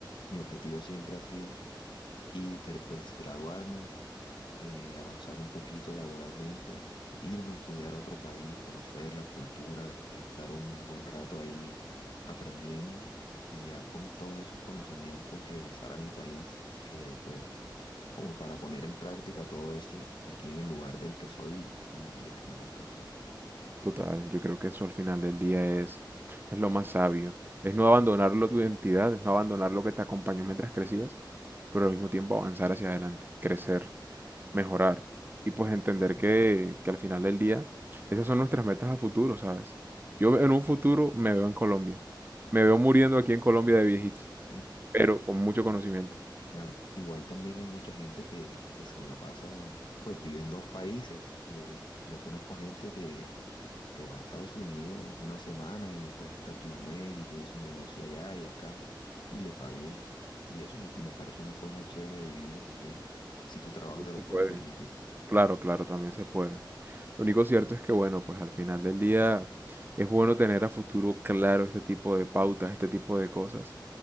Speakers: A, on the left; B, on the right.
A: mi objetivo siempre ha sido y ter- pues graduarme, eh, avanzar un poquito laboralmente, irme a estudiar a otro país, conocer la cultura, estar un buen rato ahí aprendiendo y ya con todos esos conocimientos regresar a mi país, eh, pues como para poner en práctica todo esto aquí en el lugar del que soy y, y de que me gusta estar.
B: Total, yo creo que eso al final del día es, es lo más sabio. Es no abandonarlo tu identidad, es no abandonar lo que te acompañó mientras crecías, pero al mismo tiempo avanzar hacia adelante, crecer. mejorar y pues entender
A: Sí,
B: que, que al final del día esas son nuestras metas a futuro, ¿sabes? Yo en un futuro me veo en Colombia, me veo muriendo aquí en Colombia de viejito,
A: sí,
B: pero con mucho conocimiento.
A: claro. Igual también hay mucha gente que, que se la pasa, pues vive en dos países. Yo, yo conozco gente que, que va a Estados Unidos una semana y después está aquí un mes y tiene su negocio allá y acá y le va bien. Y eso me, me parece una forma chévere de vivir también, si tu trabajo
B: También
A: te lo
B: se puede.
A: puede permitir.
B: Claro, claro, también se puede. Lo único cierto es que, bueno, pues al final del día es bueno tener a futuro claro este tipo de pautas, este tipo de cosas